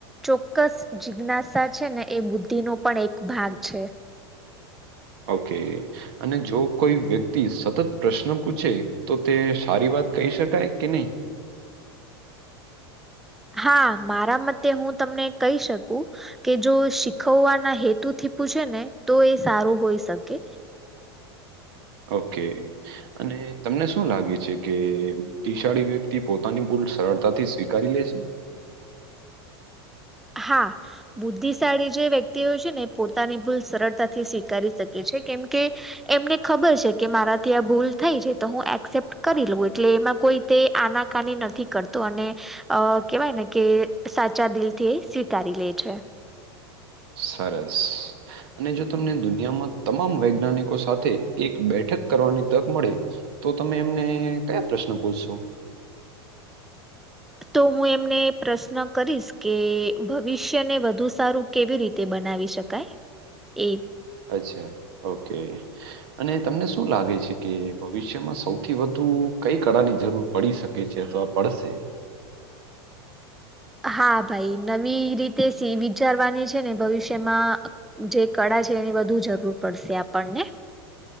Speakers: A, in the centre; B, on the right.
A: ચોક્કસ, જિજ્ઞાસા છે ને એ બુદ્ધિનો પણ એક ભાગ છે.
B: ઓકે. અને જો કોઈ વ્યક્તિ સતત પ્રશ્ન પૂછે, તો તે સારી વાત કહી શકાય કે નહીં?
A: હા મારા મતે હું તમને કહી શકું કે જો શીખવવાના હેતુ થી પૂછે ને તો એ સારું હોઈ શકે.
B: ઓકે. અને તમને શું લાગે છે, કે બુદ્ધિશાળી વ્યક્તિ પોતાની ભૂલ સરળતાથી સ્વીકારી લે છે?
A: હા. બુદ્ધિશાળી જે વ્યક્તિ હોય છે ને, એ પોતાની ભૂલ સરળતાથી સ્વીકારી શકે છે, કેમ કે એમને ખબર છે, કે મારાથી આ ભૂલ થઈ છે, તો હું એક્સેપ્ટ કરી લઉં, એટલે એમાં કોઈ તે આના કાની નથી કરતો, અને અ કેવાય ને કે સાચા દિલથી સ્વીકાર લે છે.
B: સરસ અને જો તમને દુનિયામાં તમામ વૈજ્ઞાનિકો સાથે એક બેઠક કરવાની તક મળે. તો તમે એમને કયા પ્રશ્ન પૂછશો?
A: તો હું એમને પ્રશ્ન કરીશ, કે ભવિષ્યને વધુ સારું કેવી રીતે બનાવી શકાય? એ
B: અચ્છા, ઓકે. અને તમને શું લાગે છે, કે ભવિષ્યમાં સૌથી વધુ કઈ કળાની જરૂર પડી શકે છે, અથવા પડશે.
A: હા ભાઈ, નવી રીતે સી વિચારવાની છે ને ભવિષ્યમાં જે કળા છે, એની વધુ જરૂર પડશે આપણને.